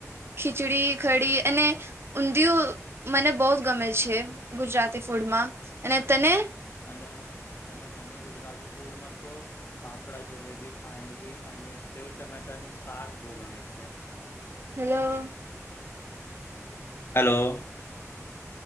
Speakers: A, on the right (about 50°); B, on the left (about 45°).
A: ખીચડી ખડી અને. ઊંધિયું મને બહુ જ ગમે છે ગુજરાતી ફૂડમાં અને તને.
B: અને અને મને ગુજરાતી ફૂડમાં તો. પાપડા જલેબી ખાંડવી અને સેવ ટમેટા નું શાક બહુ ગમે છે.
A: હલો.
B: હલો.